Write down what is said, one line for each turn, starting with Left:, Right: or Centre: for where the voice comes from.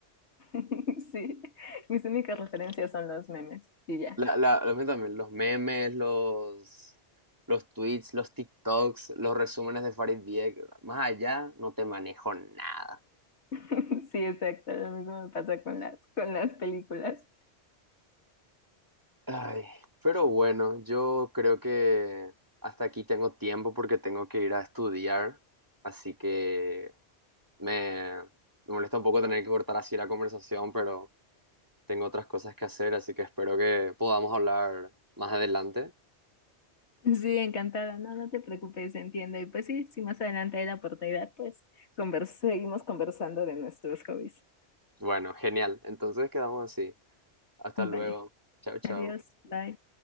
Left: <laughs> Sí, mis únicas referencias son los memes y ya.
Right: La, la, lo mío también, los memes, los, los tweets, los TikToks, los resúmenes de Farid Dieck, más allá no te manejo nada.
Left: <laughs> Sí, exacto, lo mismo me pasa con las, con las películas.
Right: Ay, pero bueno, yo creo que hasta aquí tengo tiempo porque tengo que ir a estudiar, así que me, me molesta un poco tener que cortar así la conversación, pero tengo otras cosas que hacer, así que espero que podamos hablar más adelante.
Left: Sí, encantada, no, no te preocupes, entiendo. Y pues sí, si más adelante hay la oportunidad, pues convers- seguimos conversando de nuestros hobbies.
Right: Bueno, genial, entonces quedamos así. Hasta
Left: Vale,
Right: luego. Chao, chao.
Left: adiós, bye.